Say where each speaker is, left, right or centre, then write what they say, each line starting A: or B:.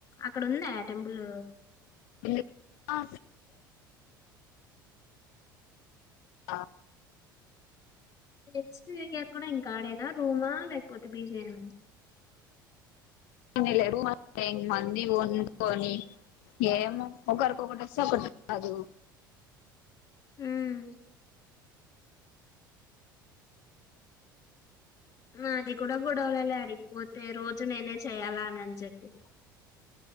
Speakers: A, on the left; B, on the left.
A: అక్కడుంద్యా టెంపుల్
B: ఉంది. ఆ ఆ
A: నెక్స్ట్ ఇంగ ఎక్కడో ఇంకా ఆడేనా రూమా లేకపోతే పిజీయేనా
B: <unintelligible> మంది వొండ్కొని ఏమో ఒకరికి ఒకటొస్తే ఒకటి రాదు
A: మ్మ్ మాది కూడా గొడవలలే అడిగిపోతే రోజు నేనే చెయాలా అని చెప్పి